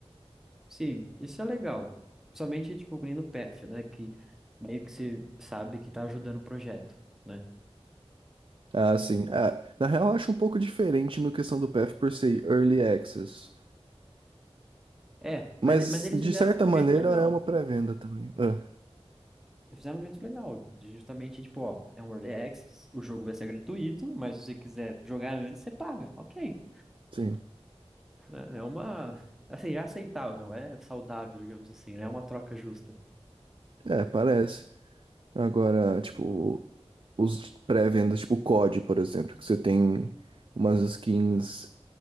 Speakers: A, in the centre; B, on the right.
A: Sim, isso é legal. Somente, tipo, que nem no PF, né? Que meio que você sabe que tá ajudando o projeto, né?
B: Ah, sim. Ah, na real, eu acho um pouco diferente no questão do PF por ser early access.
A: É,
B: Mas,
A: mas, mas eles
B: de
A: fizeram
B: certa
A: um
B: maneira,
A: jeito legal.
B: é uma pré-venda também. É,
A: E fizeram um jeito legal, de justamente, tipo, ó, é um early access, o jogo vai ser gratuito, mas se você quiser jogar antes, você paga, ok.
B: sim.
A: É é uma, assim, é aceitável, é saudável, digamos assim, né? É uma troca justa.
B: É, parece. Agora, tipo, os pré-vendas, tipo o COD, por exemplo, que você tem umas skins